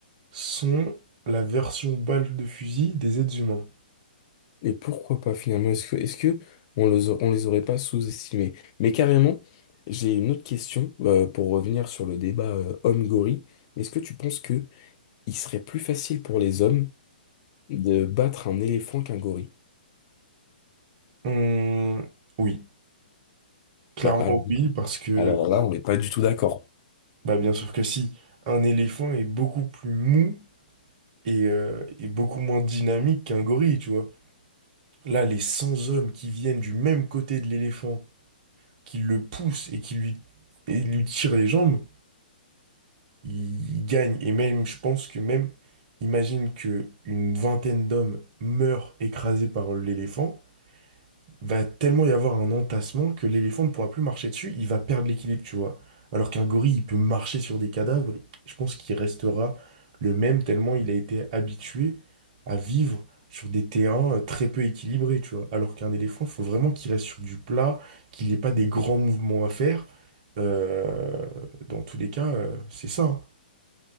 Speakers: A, on the right; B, on the left.
A: sont la version balle de fusil des êtres humains.
B: Et pourquoi pas, finalement? Est-ce que, est-ce que on les, a- on les aurait pas sous-estimés? Mais carrément, j'ai une autre question, euh, pour revenir sur le débat, euh, homme-gorille. Est-ce que tu penses que il serait plus facile pour les hommes de battre un éléphant qu'un gorille?
A: Hum, oui, clairement
B: Bah, alors,
A: oui, parce que
B: alors là, on n'est pas du tout d'accord.
A: Bah bien sûr que si, un éléphant est beaucoup plus mou et, euh, et beaucoup moins dynamique qu'un gorille, tu vois. Là, les 100 hommes qui viennent du même côté de l'éléphant, qui le poussent et qui lui, et lui tirent les jambes, ils ils gagnent. Et même, je pense que même, imagine que une vingtaine d'hommes meurent écrasés par l'éléphant. va tellement y avoir un entassement que l'éléphant ne pourra plus marcher dessus, il va perdre l'équilibre, tu vois. Alors qu'un gorille, il peut marcher sur des cadavres, je pense qu'il restera le même tellement il a été habitué à vivre sur des terrains euh, très peu équilibrés, tu vois. Alors qu'un éléphant, il faut vraiment qu'il reste sur du plat, qu'il n'ait pas des grands mouvements à faire. Euh, dans tous les cas, euh, c'est ça. hein.